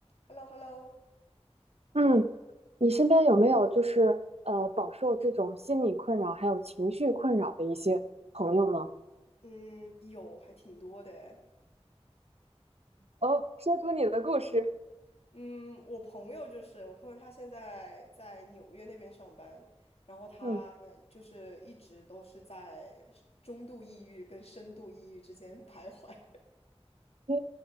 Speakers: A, on the left; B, on the right.
A: h e l l o h e l l o
B: 嗯，你身边有没有就是呃饱受这种心理困扰还有情绪困扰的一些朋友呢？
A: 嗯，有，还挺多的诶。
B: 哦，说出你的故事。
A: 嗯，我朋友就是我朋友，他现在在纽约那边上班，然后他就是一直都是在中度抑郁跟深度抑郁之间
B: 嗯，
A: <laughs> 徘徊。
B: 诶，